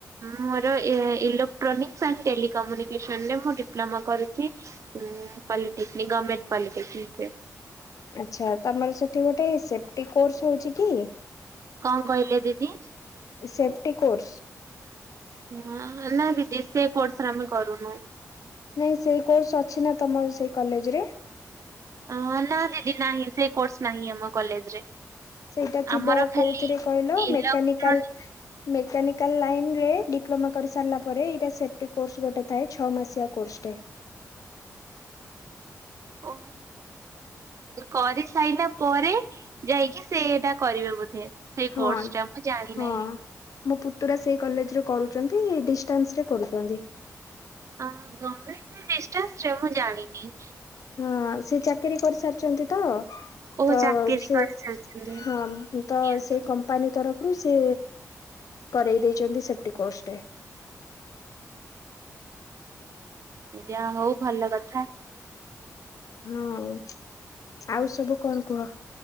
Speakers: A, on the right; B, on the left.
A: ମୋର ଏ ଇଲୋକ୍ଟ୍ରୋନିକ୍ସ ଆଣ୍ଡ ଟେଲି କମ୍ୟୁନିକେସନ ରେ ମୁଁ ଡିପ ପ୍ଲୋମା କରୁଛି। ପଲିଟେକ୍ନିକ ଗମେଣ୍ଟ ପଲିଟେକ୍ନିକରେ।
B: ଆଛା ତମର ସେଠି ଗୋଟେ ସେଫ୍ଟି କୋର୍ସ ହଉଚି କି?
A: କଣ କହିଲେ ଦିଦି?
B: Safety course.
A: ହ ନା ଦିଦି ସେ କୋର୍ସରେ ଆମେ କରୁନୁ।
B: ନାଇଁ ସେଇ କୋର୍ସ ଅଛି ନା ତମ ସେଇ କଲେଜରେ?
A: ଅ ନା ଦିଦି ନାହିଁ, ସେଇ କୋର୍ସ ନାହିଁ ଆମ କଲେଜରେ।
B: ସେଇଟା ଥିବ
A: ଆମର ଖାଲି
B: କୋଉଥିରେ କହିଲ ମେକାନିକାଲ
A: ଇଲେକ୍ଟ୍ରୋନିକ
B: ମେକାନିକାଲ ଲାଇନରେ ଡିପ ଡିପ୍ଲୋମା କରି ସାରିଲା ପରେ ଏଇଟା ସେଫ୍ଟି କୋର୍ସ ଗୋଟେ ଥାଏ ଛଅ ମାସିଆ କୋର୍ସଟେ।
A: <unintelligible> କରିସାଇଲା ପରେ ଯାଇକି ସେଇଟା କରିବେ ବୋଧେ। ସେଇ
B: ହଁ
A: କୋର୍ସଟା ମୁଁ ଜାଣିନାହିଁ।
B: ହଁ ମୋ ପୁତୁରା ସେଇ କଲେଜ ରୁ କରୁ ଚନ୍ତି ଡିଷ୍ଟାନ୍ସ ରେ କରୁଚନ୍ତି।
A: ଅ ଗମେଣ୍ଟ ରେ ଡିଷ୍ଟାନ୍ସ ରେ ମୁଁ ଜାଣି ନି।
B: ହଁ ସିଏ ଚାକିରି କରିସାରିଛନ୍ତି ତ
A: ଓ
B: ତ
A: ଚାକିରି
B: ସେ
A: କରିସାରିଛନ୍ତି
B: ହଁମ୍ ତ
A: ନିହାତି
B: ସେଇ କମ୍ପାନୀ ତରଫ ରୁ ସେ କରେଇ ଦେଇଚନ୍ତି ସେଫ୍ଟି କୋର୍ସ ଟେ।
A: ଯାହା ହଉ ଭଲ କଥା।
B: ହୁଁ ଆଉ ସବୁ କଣ କୁହ?